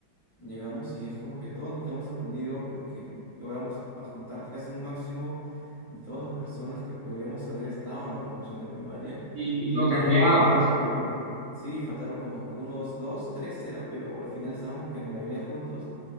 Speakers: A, on the left; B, on the right.
A: Llegamos y es como que todos nos quedamos sorprendidos porque logramos a juntar casi un máximo de todas las personas que podríamos haber estado en la promoción de primaria
B: y,
A: y
B: y lo
A: nadie
B: cambiado.
A: imaginaba, pero bueno, sí, faltaron como que unos dos, tres será pero al final estábamos en la mayoría juntos